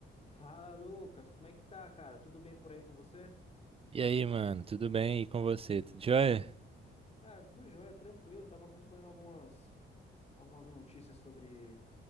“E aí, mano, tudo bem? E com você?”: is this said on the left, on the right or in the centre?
Right